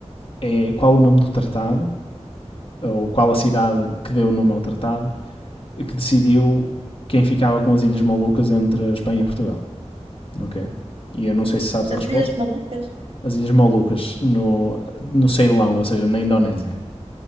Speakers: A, on the left; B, on the right.
A: é, qual o nome do tratado ou qual a cidade que deu o nome ao tratado, que decidiu quem ficava com as Ilhas Malucas entre a Espanha e Portugal, ok? E eu não sei se sabes
B: As
A: a resposta.
B: Ilhas Malucas?
A: As Ilhas Malucas no, no Ceilão, ou seja, na Indonésia,